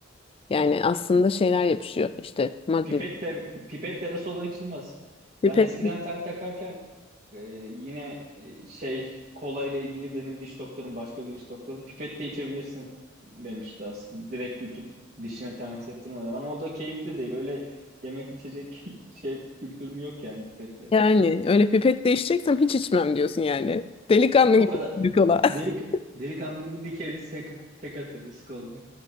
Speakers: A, on the left (about 30°); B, on the right (about 35°).
A: Yani aslında şeyler yapışıyor işte madde.
B: Pipetle, pipetle de soda içilmez.
A: Pipet
B: Ben eskiden tel takarken Ee, yine e, şey kola ile ilgili benim diş doktorum başka bir diş doktorum pipette içebilirsin demişti aslında. Direkt YouTube dişine temas ettirmeden ama o da keyifli değil. Öyle yemek içecek <laughs> şey kültürüm yok yani pipetle.
A: yani öyle pipet değişeceksem hiç içmem diyorsun yani. Delikanlı
B: O
A: gibi
B: kadar
A: bir kola.
B: delik
A: <laughs>
B: delikanlı gibi dikeriz tek, tek atarız kolaya.